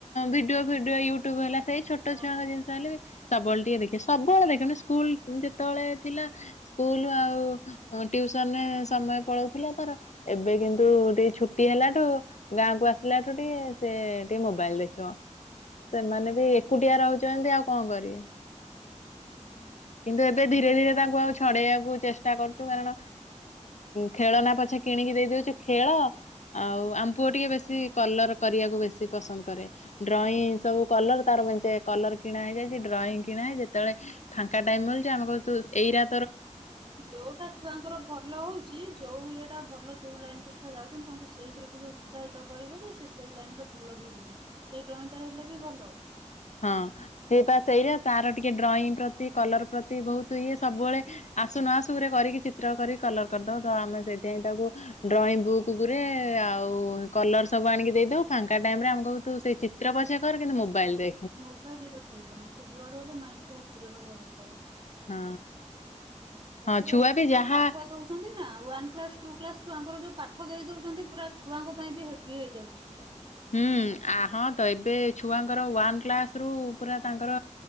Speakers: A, on the left; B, on the right.
A: ଭିଡିଓ ଫିଡିଓ ୟୁ- ଟୁବ୍ ହେଲା। ସେଇ ଛୋଟ
B: ହଁ
A: ଛୁଆଙ୍କ ଜିନିଷ ହେଲେ ବି- ସବୁବେଳେ ଟିକେ ଦେଖିବେ ସବୁବେଳେ ଦେଖି ବେନି ସ୍କୁଲ ଯେତେବେଳେ ଥିଲା ସ୍କୁଲ ଆଉ ଟ୍ୟୁସନ ରେ ସମୟ ପଳଉଥିଲା ତାର ଏବେ କିନ୍ତୁ ଟିକେ ଛୁଟି ହେଲାଠୁ ଗାଁକୁ ଆସିଲାଠୁ ଟିକେ ସେ ଟିକେ ମୋବାଇଲ ଦେଖିବ। ସେମାନେ
B: ହଁ
A: ବି ଏକୁଟିଆ ରହୁଛନ୍ତି। ଆଉ- କଣ କରିବେ।
B: ହୁଁ ହୁଁ।
A: କିନ୍ତୁ ଏବେ ଧୀରେ ଧୀରେ ତାଙ୍କୁ ଆଉ ଛଡ଼େଇବାକୁ ଚେଷ୍ଟା କରୁଛୁ। କାରଣ ଖେଳ ନା ପଛେ କିଣିକି ଦେଇଦଉଛୁ ଖେଳ ଆଉ ଆମ୍ ପୁଅ ଟିକେ ବେଶୀ କଲର କରିବାକୁ ବେଶୀ ପସନ୍ଦ କରେ ଡ୍ରଇଂ ସବୁ। କଂଲର୍ ତାର ମେଞ୍ଚେ କଂଲର୍ କିଣା ହେଇଯାଇଛି ଡ୍ରଇଂ କିଣା ହେଇଚି ଯେତେବେଳେ ଫାଙ୍କା ଟାଇମ୍ ମିଳୁଛି ଆମେ କୁ ଏଇ ରା
B: ଯୋଉଟା ଛୁଆଙ୍କର ଭଲ ହଉଛି ଯୋଉ ଇଏଟା ଭଲ ଯୋଉ ଲାଇନ ରେ ଛୁଆ ଯାଉଛନ୍ତି ।ତାଙ୍କୁ ସେଇଥିରେ ଟିକେ ଉତ୍ସାହିତ କରିବ ଯେ ସେ ସେଇ ଲାଇନ ରେ ଭଲ ଧରିବେ । ସେଇ ଡ୍ରଇଂ ଟା ହେଲେ ବି ଭଲ।
A: ହଁ ସେ ବା ସେଇଆ ତାର ଟିକେ ଡ୍ରଇଂ ପ୍ରତି କଲର ପ୍ରତି ବହୁତ ଇଏ ସବୁବେଳେ ଆସୁ ନଆସୁରେ କରିକି ଚିତ୍ର କରିକି କଲର କରିଦବ।
B: ହୁଁ
A: ଆମେ ସେଇଥିାଇଁ ତାକୁ ଡ୍ରଇଂ ବୁକ୍ ରେ ଆଉ କଲର ସବୁ ଆଣିକି ଦେଇଦଉ ଫାଙ୍କା ଟାଇମ୍ ରେ ଆମ କ ତୁ ସେ ଚିତ୍ର ପଛ କର କିନ୍ତୁ ମୋବାଇଲ ରେ
B: ମୋବାଇଲ ରେ ଦେଖେଇବନି ସେ ଯୁଆଡୁ ହେଲେ ମାଇ ସେଇଟା ସେଥିରେ ରହିବା ଦରକାରେ।
A: ହଁ।
B: ତାପରେ
A: ହଁ ଛୁଆ
B: ଏବେ
A: ବି
B: ଯୋଉ
A: ଯାହା
B: ପାଠ ଦଉଛନ୍ତି ନା ୱାନ୍ କ୍ଲାସ ଟୁ କ୍ଲାସ ଛୁଆଙ୍କର ଯୋଉ ପାଠ ଦେଇ ଦଉଛନ୍ତି ପୁରା ଛୁଆଙ୍କ ପାଇଁ ବି ହେବି ହେଇଯାଉଛି ପୁରା।
A: ହୁଁ ଆ ହଁ ତ ଏବେ ଛୁଆଙ୍କର ୱାନ୍ କ୍ଲାସ୍ ରୁ ପୁରା ତାଙ୍କର